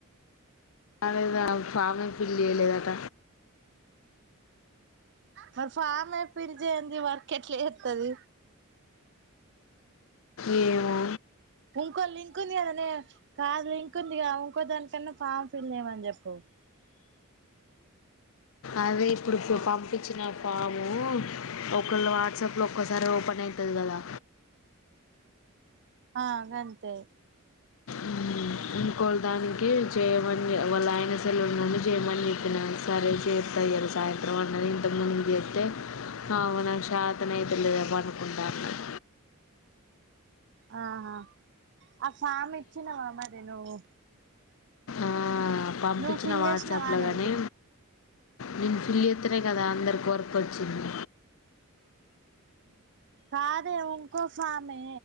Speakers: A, on the left; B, on the right.
A: యాడ్ గాదు ఫామ్ ఏ ఫిల్ ఏయ్యాలేదట
B: మరి ఫామే ఫీల్ చేయంది వర్క్ ఎట్లా చేత్తది
A: ఏమో
B: ఇంకో లింక్ ఉంది కదనే కాదు లింక్ ఉందిగా ఇంకో దానికన్నా ఫామ్ ఫిల్ చేయమని చెప్పు
A: అవే ఇప్పుడి డిప్పుడు పంపించిన ఫాము ఒకళ వాట్సాప్ లో ఒక్కసారి ఓపెన్ అ అయితది గదా
B: ఆ గంతే
A: ఉమ్ ఇంకోల్ దానికి చెయమని వాళ్ళ ఆయన సెల్లుల్ నుండి చెయమని చెప్పినాను. సరే చేత్త ఇయ్యాల సాయంత్రం అన్నది ఇంతకు ముందు జెత్తె అవునా షాతనైత లేదే పండుకుంటా అన్నది
B: ఆహా ఆ ఫామ్ ఇచ్చినవా మరీ నువ్వు
A: ఆ పంపించిన
B: నువ్వు ఫిల్
A: వాట్సాప్ల
B: చేసినవానే
A: గానీ నేను ఫిల్ చెత్తేనే కదా అందరికి వర్క్ వచ్చింది
B: కాదే ఇంకో ఫామే